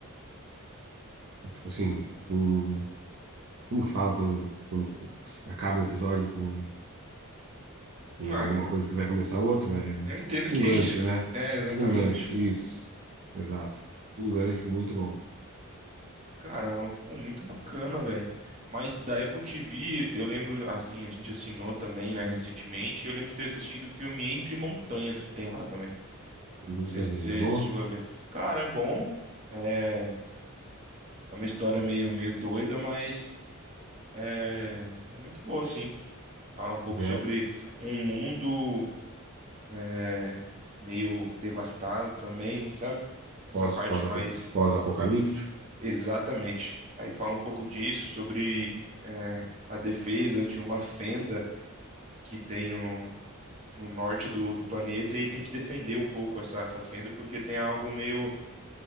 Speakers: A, on the right; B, on the right.
A: assim, um, como que fala quando, quando acaba um episódio com com
B: Ah,
A: alguma coisa que vai começar outra, é tipo
B: eu entendo que
A: um gancho,
B: é isso.
A: né?
B: É, exatamente.
A: Tipo um gancho, isso. Exato. Um gancho muito bom.
B: Cara, pô, muito bacana, velho. Mas da Apple TV, eu lembro, assim, a gente assinou também, né, recentemente. Eu lembro de ter assistido o filme Entre Montanhas que tem lá também.
A: Nunca
B: Não sei se
A: vi,
B: você
A: tá bom?
B: se chegou a ver. Cara, é bom. É, é uma história meio, meio doida, mas. É, é muito boa, sim. Fala um pouco
A: É
B: sobre um mundo é, meio devastado também, sabe? Essa
A: pós,
B: parte
A: pós,
B: mais
A: pós-apocalíptico.
B: exatamente. Aí fala um pouco disso, sobre é, a defesa de uma fenda que tem no, no norte do, do planeta e tem que defender um pouco essa, essa fenda, porque tem algo meio,